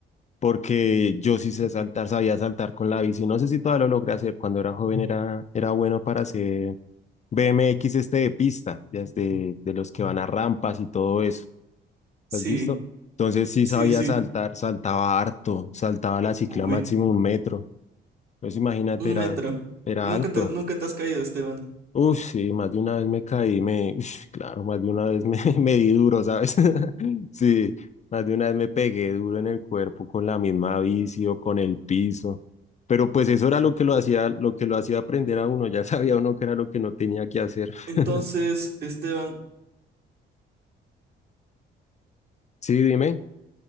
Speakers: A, on the left; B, on the right.
A: Porque yo sí sé saltar, sabía saltar con la bici. No sé si todavía lo logré hacer. Cuando era joven era, era bueno para hacer BMX este de pista, de, de de los que van a rampas y todo eso.
B: Sí,
A: ¿Has visto? Entonces sí
B: sí,
A: sabía
B: sí.
A: saltar, saltaba harto, saltaba la cicla
B: Uy,
A: máximo un metro. Entonces imagínate,
B: un
A: era,
B: metro.
A: era
B: Y nunca
A: alto.
B: te, nunca te has caído, Esteban.
A: Uf, sí, más de una vez me caí, me, ush, claro, más de una vez me, <laughs> me di duro, ¿sabes? <laughs> Sí, más de una vez me pegué duro en el cuerpo con la misma bici o con el piso. Pero pues eso era lo que lo hacía, lo que lo hacía aprender a uno, ya <laughs> sabía uno que era lo que no tenía que hacer.
B: Entonces,
A: <laughs>
B: Esteban,
A: Sí, dime.